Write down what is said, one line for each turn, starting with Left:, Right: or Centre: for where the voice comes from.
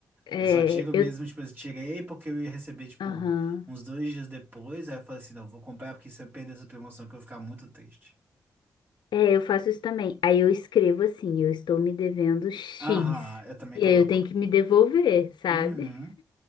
Left: É,
Right: Eu só tiro mesmo,
Left: eu,
Right: tipo, eu tirei porque eu ia receber, tipo,
Left: aham.
Right: uns dois dias depois. Aí eu falei assim: não, vou comprar porque se eu perder essa promoção que eu vou ficar muito triste.
Left: É, eu faço isso também. Aí eu escrevo assim, eu estou me devendo X.
Right: Aham, eu também
Left: E
Right: coloco.
Left: aí eu tenho que me devolver, sabe?
Right: Uhum.